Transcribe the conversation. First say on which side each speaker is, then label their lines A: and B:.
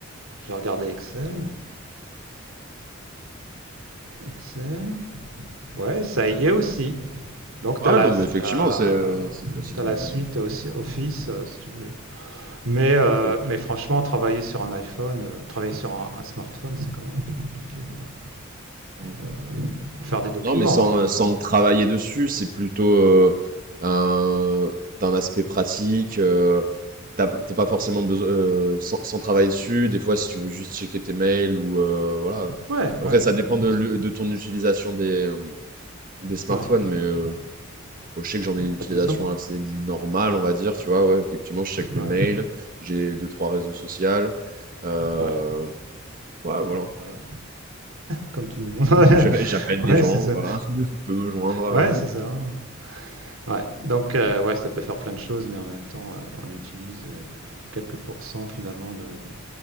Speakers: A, on the right; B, on the right.
A: J'ai regardé Excel. Excel. Ouais, ça y est aussi. Donc,
B: Ouais
A: tu as la,
B: non mais effectivement
A: la,
B: c'est, heu, c'est possible,
A: t'as la
B: heu,
A: suite aussi, Office, euh, si tu voulais. quoi. Mais, euh,
B: OK, OK.
A: mais franchement, travailler sur un iPhone, euh, travailler sur un, un smartphone, c'est quand même un peu compliqué, quoi.
B: Mmh.
A: Euh, pour faire des documents,
B: Non mais sans,
A: hein, j'entends.
B: heu, sans travailler dessus, c'est plutôt, heu, un d'un aspect pratique, heu, t'as p tu pas forcément besoin heu, sans sans travailler dessus, des fois si tu veux juste checker tes mails ou heu, voilà.
A: Ouais, ouais,
B: Après
A: ouais, ouais,
B: ça dépend
A: bien
B: de
A: sûr.
B: l'u de ton utilisation des, hem, des smartphones
A: Ouais,
B: mais euh,
A: ouais.
B: Bon, je sais que j'en ai une utilisation
A: Bah, disons,
B: assez normale, on va dire, tu vois, ouais, effectivement, je check mes
A: ouais,
B: mails, j'ai deux, trois réseaux sociaux, euh,
A: ouais.
B: ouais, voilà,
A: Voilà, comme tout le monde.
B: <laughs>
A: <laughs> Ouais,
B: Je- j'appelle des
A: ouais,
B: gens,
A: c'est ça.
B: voilà, <laughs> on peut me joindre,
A: Ouais, c'est ça. hein. Ouais, donc, euh, ouais, ça peut faire plein de choses, mais en même temps, euh, on utilise euh, quelques pourcents finalement de, de